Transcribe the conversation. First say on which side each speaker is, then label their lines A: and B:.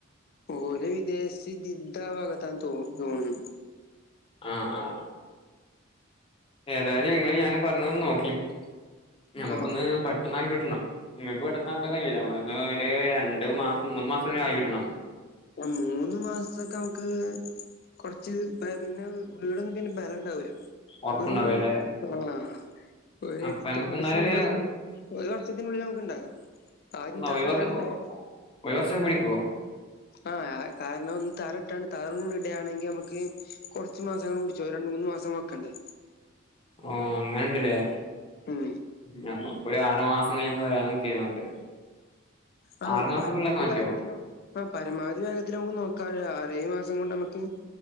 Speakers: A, on the left; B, on the left.
A: ഓര് വിദേശ് ജിദ്ദ ഭാഗത്താണ് തോ തോന്നുന്നു
B: ആഹ് ആഹ് ഏതായാലും നിങ്ങള് ഞാൻ പറഞ്ഞന്ന് നോക്കി നമുക്കൊന്ന്
A: ആഹ്
B: പേ ഒന്നായി കിട്ടണം നിങ്ങക്ക് പെട്ടെന്ന് ആക്കൻ കഴിയില്ല നമ്മള് ഒ ഒരു രണ്ടു മാസം മൂന്ന് മാസം ആയി കിട്ടണം
A: ആഹ് മൂന്ന് മാസൊക്കെ നമുക്ക് കുറച്ച് ബ പിന്നെ വീടൊന്നും പിന്നെ ബലം ഉണ്ടാവൂല്ല
B: ഉറപ്പുണ്ടാവൂലല്ലേ
A: ഒരു ആഹ് ഒരു
B: അപ്പൊ
A: എട്ട്
B: നമുക്ക്
A: മാസം
B: എന്നാലൊരു
A: മുമ്പോ ഒരു ഒരു വർഷത്തിനുള്ളിൽ നമുക്ക് ഉണ്ടാക്കാം ആദ്യം
B: ആഹ്
A: താറിട്ടാണ്
B: ഒരുവർ ഓ
A: താറ
B: ഒരുവർഷം പിടിക്കുവോ
A: ആഹ് കാരണം ഒന്ന് തറ ഇട്ടണ്ട് തറുഡിടുയാണെങ്കി നമുക്ക് കുറച്ച് മാസങ്ങൾ കൂടി ചോ രണ്ട് മൂന്ന് മാസം വെക്കണ്ടേ
B: ഓ അങ്ങനണ്ടല്ലേ
A: ഉം
B: ഞമ്മ ഒരു ആറു മാസം കഴിഞ്ഞിമ് വരൻ നിക്കുവരുന്നു അങ്ങട്ട്
A: ആഹ്
B: ആറു
A: നക്ക്
B: മാസത്തിനുള്ളിലാക്കാൻ
A: പരമാവധി
B: പറ്റുവോ
A: വേഗത്തില്ല ആഹ് പരമാവധി വേഗത്തിൽ നമുക്ക് നോക്കാല ആറ് ഏഴ് മാസം കൊണ്ട് നമ്മുക്ക്